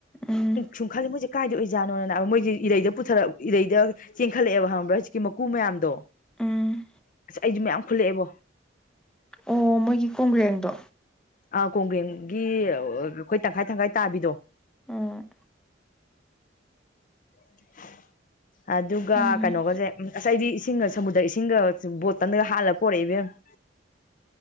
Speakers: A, in the centre; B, on the left.
A: ꯎꯝ
B: ꯁꯨꯡꯈꯥꯏꯂ ꯃꯨ ꯆ ꯀꯥꯏꯗ ꯑꯣꯏꯖꯥꯅꯣꯅꯅꯥ ꯃꯣꯏꯁꯤꯦꯔꯩꯗ ꯄꯨꯊꯛ ꯏꯔꯩꯗ ꯆꯦꯟꯈꯠꯂꯛꯑꯦꯕ ꯍꯥꯏ꯭ꯔꯥ ꯍꯧꯖꯤꯛꯀꯤ ꯀꯀꯨ ꯃꯌꯥꯝꯗꯣ
A: ꯎꯝ
B: ꯑꯁ ꯑꯩꯁꯨ ꯃꯌꯥꯝ ꯈꯨꯜꯂꯛꯑꯦꯕꯣ
A: ꯑꯣ ꯃꯣꯏꯒꯤ ꯀꯣꯡꯒ꯭ꯔꯦꯡꯗꯣ
B: ꯑꯥ ꯀꯣꯡꯒ꯭ꯔꯦꯝꯒꯤ ꯑꯩꯈꯣꯏ ꯇꯪꯈꯥꯏ ꯇꯪꯈꯥꯏ ꯇꯥꯕꯤꯗꯣ
A: ꯑꯣ
B: <unintelligible> ꯑꯗꯨꯒ
A: ꯎꯝ
B: ꯀꯩꯅꯣꯒꯁꯦ ꯉꯁꯥꯏꯗꯤ ꯏꯁꯤꯡꯒ ꯁꯃꯨꯗ꯭ꯔ ꯏꯁꯤꯡꯒ ꯕꯣꯠꯀꯟꯗꯒ ꯍꯥꯜꯂꯒ ꯄꯣꯔꯛꯏ ꯏꯕꯦꯝ ꯎꯝ